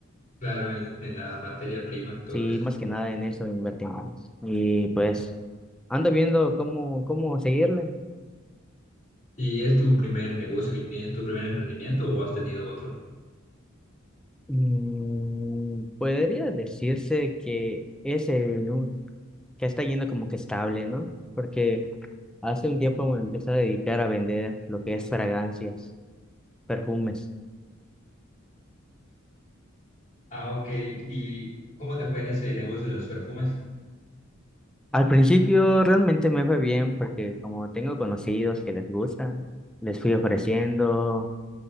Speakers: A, on the left; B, in the centre.
A: Claro, en, en la materia prima y todo
B: Sí,
A: eso.
B: más que nada en eso invertimos. Y pues ando viendo cómo, cómo seguirle.
A: ¿Y es tu primer negocio que tienes, tu primer emprendimiento o has tenido otro?
B: Mm, podría decirse que es el, un- que está yendo como que estable, ¿no? Porque hace un tiempo me empecé a dedicar a vender lo que es fragancias, perfumes.
A: Ah, ok. ¿Y cómo te fue en ese negocio de los perfumes?
B: Al principio realmente me fue bien porque como tengo conocidos que les gusta, les fui ofreciendo